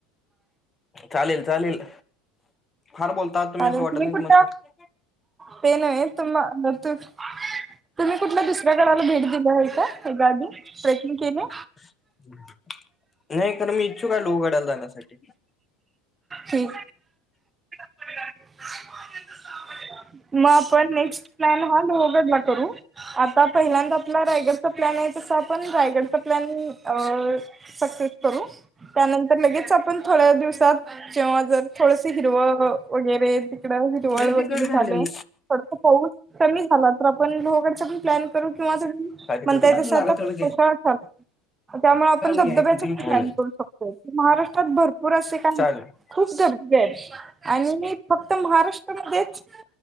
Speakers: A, on the left; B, on the right.
A: चालेल चालेल. फार बोलता तुम्ही
B: चालेल
A: असं वाटत नाही
B: कुठला
A: तुम्हासनी
B: ते नायी तुमा आ तू तुम्ही कुठल्या दुसऱ्या गडाला भेट दिली आहे का? हेज्या आदी ट्रेकिंग केलेय?
A: <inaudible> नाही खरं मी इच्छुक आहे लोहगडाला जाण्यासाठी
B: ठीक <unintelligible> मग आपण नेक्स्ट प्लॅन हा लोहगडला करू. आता पहिल्यांदा आपला रायगडचा प्लॅन आहे, तसा आपण रायगडचा प्लॅन अ सक्सेस करू त्यानंतर लगेच आपण थोड्या दिवसात जेव्हा जर थोडस हिरवं वगैरे हिरवळ
A: लय
B: वगैरे
A: तिखट झालंय.
B: झालं थोडस पाऊस कमी झाला तर आपण लोहगडचा पण प्लॅन करू. किंवा तु
A: काय तिखट
B: म्हणतायसं
A: झालंय? लागल
B: आता
A: तेवढं
B: पावसाळा चालू त्यामुळे आपण धबधब्याचा
A: घ्यायचं.
B: पण प्लॅन करू शकतोय, महाराष्ट्रात भरपूर असे काही
A: चालेल
B: खूप धबधबे आहेत आणि फक्त महाराष्ट्रामध्येच.